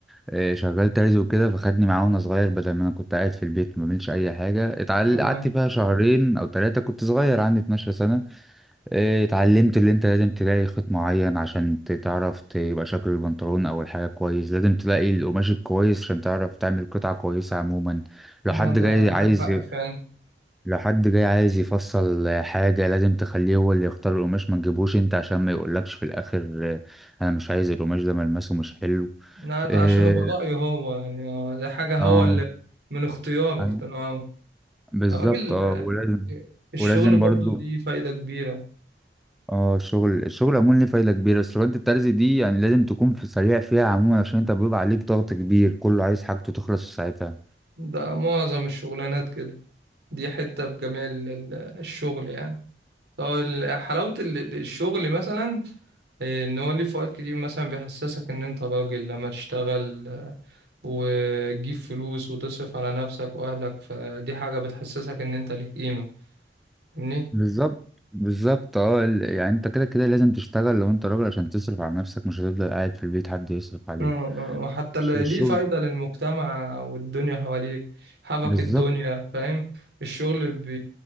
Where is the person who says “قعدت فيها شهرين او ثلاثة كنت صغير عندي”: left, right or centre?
Centre